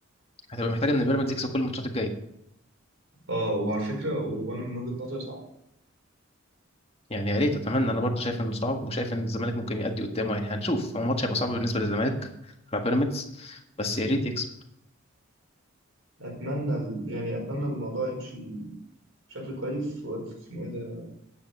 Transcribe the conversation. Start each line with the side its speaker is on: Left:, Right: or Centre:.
Left: هتبقى محتاج ان بيراميدز يكسب كل الماتشات الجايه
Right: اه وعلى فكرة وانا من وجهة نظري صعب
Left: يعني يا ريت اتمنى انا برضو شايف انه صعب وشايف ان الزمالك ممكن يأدي قدامه يعني هنشوف هو الماتش هيبقى صعب بالنسبه للزمالك مع بيراميدز بس يا ريت يكسب
Right: اتمنى ال... يعني اتمنى الموضوع يمشي بشكل كويس وقت اسمه ايه ده